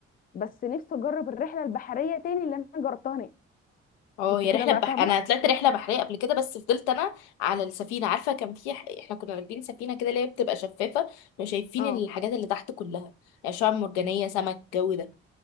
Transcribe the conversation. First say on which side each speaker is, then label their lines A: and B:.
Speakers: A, on the left (about 25°); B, on the left (about 75°).
A: بس نفسي اجرب الرحله البحريه تاني اللي انا جربتها هناك
B: اه
A: انت
B: هي
A: كده
B: رحله
A: بقى
B: بح...
A: فاهمه
B: انا طلعت رحله بحريه قبل كده بس فضلت انا على السفينه عارفه كان في ح... احنا كنا راكبين سفينه كده اللي هي بتبقى شفافه مش شايفين
A: اه
B: الحاجات اللي تحت كلها يعني شعاب مرجانيه سمك الجو ده